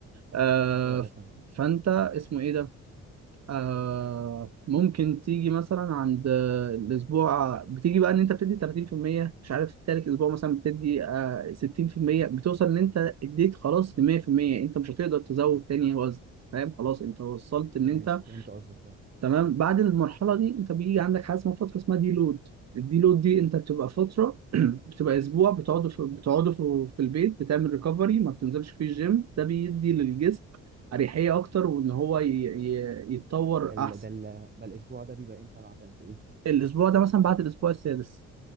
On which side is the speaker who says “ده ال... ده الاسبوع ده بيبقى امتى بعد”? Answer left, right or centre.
Right